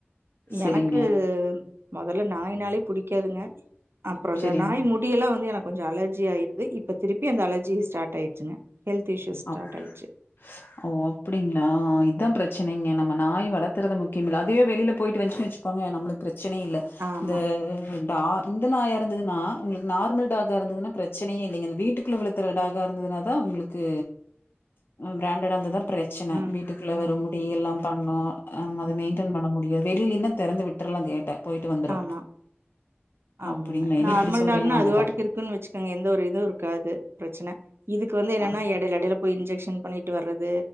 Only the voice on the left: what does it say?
செரிங்க
செரிங்
அப்ப
ஓ அப்படிங்களா இதான் பிரச்சனைய நம்ம நாய் வளர்க்கறது முக்கிமில்ல அதுவே வெளியில போயிட்டு வந்துச்சு வச்சுக்கோங்க நம்மளுக்கு பிரச்ச பிரச்சன இல்ல
இந்த டெ இந்த அட நாய்யா இருந்தா இருந்ததுனா உங்களுக்கு நார்மல் டாக்கா இருந்ததுன்னா பிரச்சனையே இல்லிங்க வீட்டுக்குள்ள வளத்துற டாக்கா இருந்தது தான் உங்களுக்கு பிராண்டட் இருந்தாதான் பிரச்சனை
வீட்டுக்குள்ளே
வரும் முடியெல்லாம் பண்ணும் ஆம்ம அத
மெயின்டன் பண்ண முடியாது வெளியிலன்னும் திறந்து விட்டுறலாம் கேட்ட போயிட்டு வந்துரு
அப்டிங்களா என்ன
இப்டி சொல்றீங்க
நாங்க
டா
ஆ